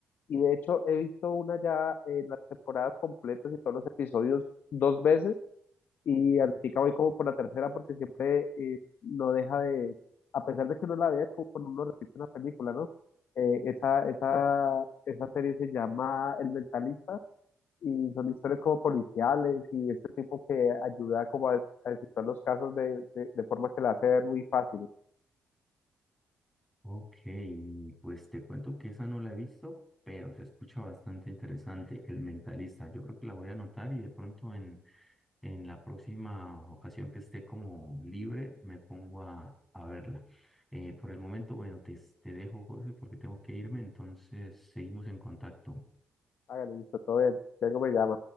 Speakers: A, on the left; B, in the centre.
A: Y de hecho he visto una ya en las temporadas completas y todos los episodios dos veces y ahorita voy como por la tercera porque siempre eh, no deja de, a pesar de que uno la vea, es como cuando uno repite una película, ¿no? Eh, esa, esa, esa serie se llama El Mentalista y son historias como policiales y este tipo que ayuda como a, des- a descifrar los casos de, de, de forma que la hace ver muy fácil.
B: Ok, mm, pues te cuento que esa no la he visto, pero se escucha bastante interesante, El Mentalista. Yo creo que la voy a anotar y de pronto en, en la próxima ocasión que esté como libre me pongo a, a verla. Eh, por el momento, bueno, te, te dejo, José, porque tengo que irme, entonces seguimos en contacto.
A: Háganle listo, todo bien. Ya algo me llama.